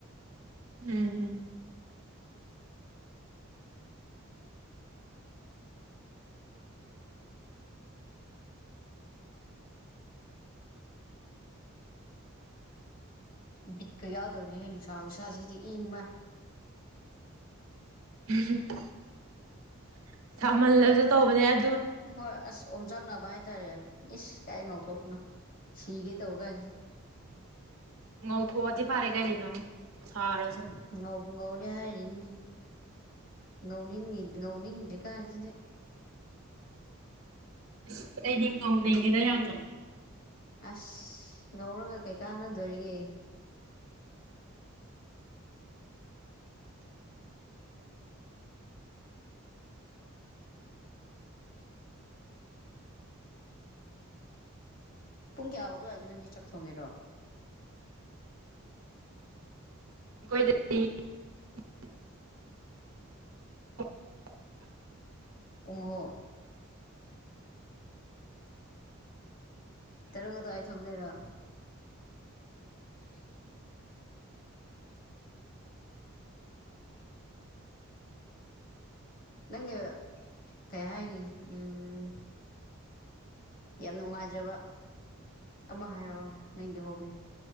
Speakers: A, on the right (about 80°); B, on the left (about 40°).
A: ꯎꯝ
B: ꯕꯤꯠꯀ ꯌꯥꯎꯗꯅꯦ ꯅꯨꯡꯁꯥ ꯈꯨꯁꯥꯁꯤꯗꯤ ꯏꯃꯥꯏ
A: <inaudible> ꯁꯃꯜꯂꯁꯨ ꯇꯧꯕꯅꯦ ꯍꯥꯏ
B: ꯍꯣꯏ ꯑꯁ ꯑꯣꯝꯆꯥꯛꯅꯕ ꯍꯥꯏꯇꯥꯔꯦ ꯏꯁꯁ ꯀꯥꯏ ꯉꯧꯊꯣꯛꯄꯅꯣ ꯁꯤꯒꯦ ꯇꯧꯔ ꯀꯥꯟꯁꯤ
A: ꯉꯧꯊꯣꯛ ꯑꯗꯤ ꯐꯔꯦ ꯀꯔꯤꯅꯣ ꯁꯥꯔꯁꯨ
B: ꯎꯝ ꯉꯥꯎꯕ ꯉꯥꯎꯗꯦ ꯍꯥꯏꯅꯤ ꯉꯧꯅꯤꯡꯉꯤꯅꯤ ꯉꯧꯅꯤꯡꯗꯦ ꯀꯥꯟꯁꯤꯗ
A: ꯑꯁ ꯑꯩꯗꯤ ꯉꯧꯅꯤꯡꯉꯤꯗ ꯌꯥꯝꯅ
B: ꯑꯁ ꯉꯧꯔꯒ ꯀꯩ ꯀꯥꯟꯅꯗꯣꯔꯤꯒꯦ ꯄꯨꯡ ꯀꯌꯥ ꯑꯗꯨꯋꯥꯏꯗ ꯅꯪꯗꯤ ꯆꯥꯛ ꯊꯣꯡꯉꯦꯔꯣ
A: <unintelligible>
B: ꯄꯨꯡ ꯑꯍꯨꯝ ꯇꯔꯨꯛ ꯑꯗꯨꯋꯥꯏ ꯊꯣꯡꯗꯣꯏꯔꯣ <inaudible> ꯅꯪ ꯀꯩ ꯍꯥꯏꯅꯤ ꯎꯝ ꯌꯥꯝ ꯅꯨꯡꯉꯥꯏꯖꯕ ꯑꯃ ꯍꯥꯏꯔꯣ ꯅꯪꯒꯤ ꯍꯣꯕꯤ